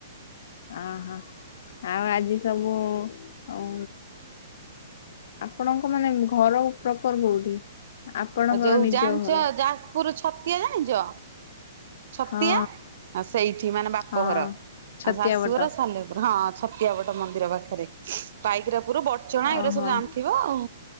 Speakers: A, on the left (about 50°); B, on the right (about 50°).
A: ଆଁ ହାଁ ଆଉ ଆଜି ସବୁ ଆଉ ଆପଣଙ୍କ ମାନେ ଘର ପ୍ରପର୍ କୋଉଠି? ଆପଣଙ୍କର
B: ଆଉ ଯୋଉ
A: ନିଜ
B: ଜାଣିଛ
A: ଘର
B: ଯାଜପୁର ଛତିଆ ଜାଣିଛ? ଛତିଆ
A: ହଁ
B: ସେଇଠି ମାନେ ବାପଘର
A: ହଁ। ଛତିଆ
B: ଆଉ ଶାଶୁଘର
A: ବଟ
B: ସଲେ ହଁ ଛତିଆବଟ ମନ୍ଦିର ପାଖରେ ପାଇକରାପୁର ବ ଚଣା
A: ଓହୋ
B: ଏଗୁଡା ସବୁ
A: ହଁ
B: ଜାଣିଥିବ ଆଉ